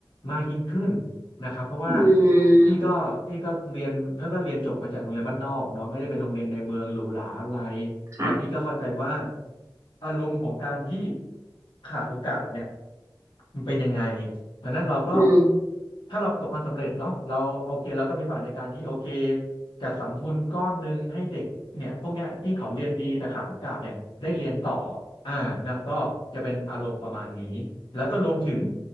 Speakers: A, on the left; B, on the right.
A: มากยิ่งขึ้น นะครับเพราะว่า
B: อืม
A: พี่ก็พี่ก็เรียนเพื่อก็เรียนจบมาจากโรงเรียนบ้านนอกเนาะไม่ได้เป็นโรงเรียนในเมืองหรูหราอะไร
B: ค่ะ
A: แล้วพี่ก็เข้าใจว่าอารมณ์ของการที่ขาดโอกาสเนี่ยมันเป็นยังไง ดังนั้นเราก็
B: อืม
A: ถ้าเราประสบความสำเร็จเนาะเราโอเคเราก็มีบาทในการที่โอเคจัดสรรทุนก้อนหนึ่งให้เด็กเนี่ยพวกเนี้ยที่เขาเรียนดีแต่ขาดโอกาสเนี่ยได้เรียนต่ออ่านะก็จะเป็นอารมณ์ประมาณนี้แล้วก็รวมถึง